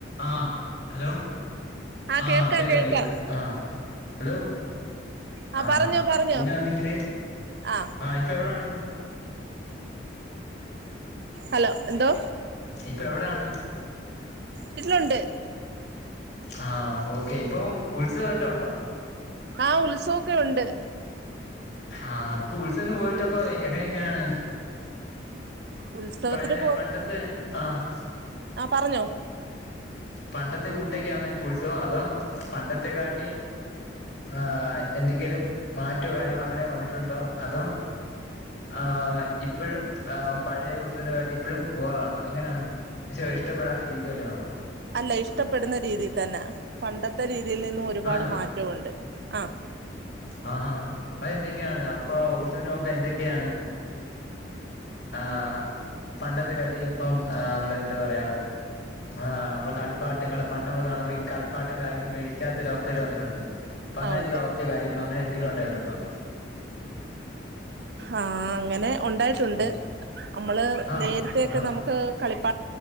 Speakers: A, on the left (about 60°); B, on the right (about 60°).
A: ആഹ് hello
B: ആ
A: ആഹ്
B: കേൾക്കാം
A: കേക്കാം
B: കേൾക്കാം
A: കേക്ക ആഹ് ഹലോ
B: ആ
A: ആഹ്
B: പറഞ്ഞോ പറഞ്ഞോ
A: പിന്നാണെങ്കിലെ
B: ആ
A: ആഹ് ഇപ്പൊ എവിടാണ്?
B: ഹലോ എന്തോ
A: ഇപ്പൊ എവിടാണ്?
B: വീട്ടിലുണ്ട്
A: ആഹ് ഓക്കെ ഇപ്പം ഉത്സവം വല്ലോം ഒണ്ടോ?
B: ആഹ് ഉത്സവൊക്കെ ഉണ്ട്
A: ആഹ് പ്പോ ഉത്സവന് പോയിട്ടപ്പൊ എങ്ങനെയൊക്കെയാണ്
B: ഉത്സവത്തിന്
A: പഴേ പണ്ടത്തെ ആഹ്
B: ആഹ് പറഞ്ഞോ
A: പണ്ടത്തെ കൂട്ടൊക്കെയാന്ന ഇപ്പോ ഉത്സവം അതോ പണ്ടത്തെ കാട്ടീം ആഹ് എന്തെങ്കിലും മാറ്റോ കാര്യങ്ങളോ അങ്ങനെ വന്നിട്ടുണ്ടോ അതോ ആഹ് ഇപ്പഴും ആഹ് പഴയ ഉൽസവത്തിനെ കാട്ടീം ഇപ്പഴും ബോറാണോ എങ്ങനാണ്? ശോ ഇഷ്ടപ്പെടാത്ത രീതിവല്ലോ ആണോ?
B: അല്ല ഇഷ്ടപ്പെടുന്ന രീതി തന്ന പണ്ടത്തെ രീതിയിൽ നിന്നും ഒരുപാട്
A: ആന്നല്ലേ
B: മാറ്റവൊണ്ട് ആഹ്
A: ആഹാ അതെന്തൊക്കെയാണ് അപ്പൊ ഉത്സവത്തിന് പോവുമ്പ എന്തൊക്കെണ് ആഹ് പണ്ടത്തെ കാട്ടീം ഇപ്പം ആഹ് നമ്മടെ എന്താ പറയാ ആഹ് അമ്മള് കളിപ്പാട്ടങ്ങളും പണ്ട് നമ്മള് കാണുമ്പ ഈ കളിപ്പാട്ടം കാര്യോന്നും വേടിക്കാത്തൊരവസ്ഥയിൽ വന്നിട്ടുണ്ട് ഇപ്പങ്ങനെന്തെങ്കിലും
B: ആ ഉണ്ട്
A: അവസ്ഥേ കാര്യങ്ങളോ അങ്ങനെ എന്തെങ്കിലും ഒണ്ടായിട്ടുണ്ടോ?
B: ആഹ് അങ്ങനെ ഒണ്ടായി ട്ടുണ്ട്
A: ആ
B: അമ്മള്
A: ആ
B: നേരത്തേക്കെ
A: ആഹാ
B: നമുക്ക് കളിപ്പ